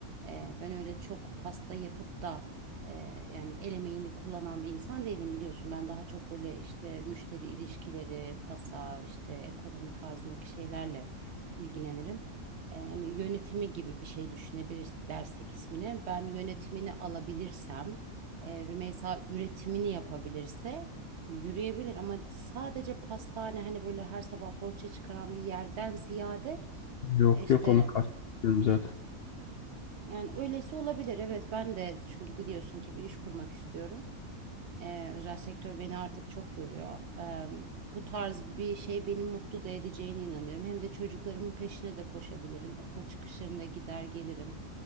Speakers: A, on the right; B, on the left.
A: Ee, ben öyle çok pasta yapıp da e, yani el emeğini kullanan bir insan değilim biliyorsun. Ben daha çok böyle işte müşteri ilişkileri, kasa, işte ekonomi tarzındaki şeylerle ilgilenirim. Ee, yani yönetimi gibi bir şey düşünebiliriz dersek ismini. Ben yönetimini alabilirsem, e, Rümeysa üretimini yapabilirse Yürüyebilir ama sadece pastane hani böyle her sabah poğaça çıkaran bir yerden ziyade
B: Yok
A: e, işte
B: yok onu kastetmiyorum zaten.
A: yani öylesi olabilir. Evet ben de çünkü biliyorsun ki bir iş kurmak istiyorum. Ee, özel sektör beni artık çok yoruyor. Ee, bu tarz bir şey beni mutlu da edeceğine inanıyorum. Hem de çocuklarımın peşine de koşabilirim. Okul çıkışlarında gider gelirim.